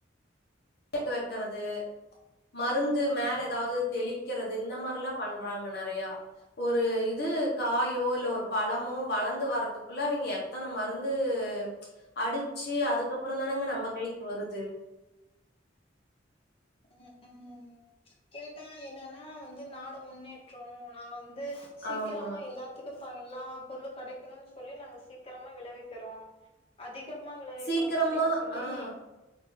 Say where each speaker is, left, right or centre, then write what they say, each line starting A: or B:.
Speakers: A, on the left; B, on the left.
A: <unintelligible> வெக்கறது மருந்
B: ம்
A: து மேல ஏதாவது தெளிக்கிறது இந்த மாரில்லா பண்றாங்க நறையா ஒரு இது காயோ இல்ல ஒரு பழமோ வளந்து வரதுக்குள்ள இவைங்க எத்தன மருந்து து அடிச்சு அதுக்கப்புறோந் தானங்க நம்ப கைக்கு வருது
B: ம் ம் கேட்டா என்னன்னா வந்து நாடு முன்னேற்றோ நாங்க வந்து சீக்கிரமா
A: ஆமா
B: எல்லாத் துக்கு ஃப்பா எல்லா பொருளும் கடைக்குணோன்னு சொல்லி நாங்க சீக்கிரமா விளைவிக்கிறோ அதிகமா விளைவிக்கிறோ
A: சீக்கிரமா
B: அப்டின் சொல்லி
A: ஆ